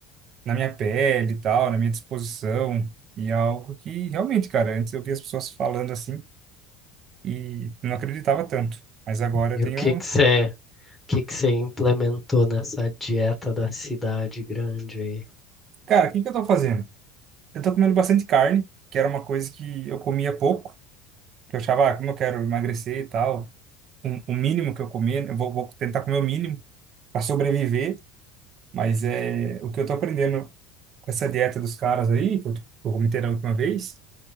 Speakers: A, on the right (about 30°); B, in the centre.
A: na minha pele e tal, na minha disposição, e é algo que realmente, cara, antes eu via as pessoas falando assim e não acreditava tanto, mas agora eu
B: E
A: tenho,
B: o que que você, o que que você implementou nessa dieta da cidade grande aí?
A: cara, o que que eu tô fazendo? Eu tô comendo bastante carne, que era uma coisa que eu comia pouco, que eu achava, ah, como eu quero emagrecer e tal, um- o mínimo que eu comer, eu vou, vou tentar comer o mínimo para sobreviver, mas é o que eu tô aprendendo com essa dieta dos caras aí, que eu, que eu comentei na última vez,